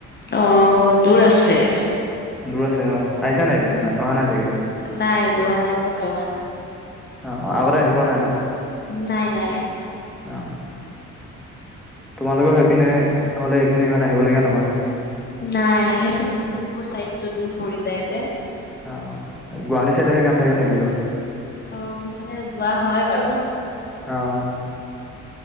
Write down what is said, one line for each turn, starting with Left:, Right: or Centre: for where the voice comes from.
Left: অ', দূৰ আছে।
Centre: দূৰ আছে অ', আহিছা নাই এইপিনে? অহা নাই চাগে?
Left: নাই, যোৱা নাই বৰ্তমান।
Centre: অ', অ', আগতে আহি পোৱা নাই ন?
Left: নাই নাই।
Centre: অ'। তোমালোকৰ সেইপিনে হ'লে এইপিনে ইমান আহিবলগীয়া নহয়।
Left: নাই, সেইফালে লখিমপুৰ চাইডটো দূৰ পৰি যায় যে।
Centre: অ', গুৱাহাটী চাইডেহে কাম থাকে থাকিলেও।
Left: অ', সেইফালে যোৱা হয় বাৰু।
Centre: অ'।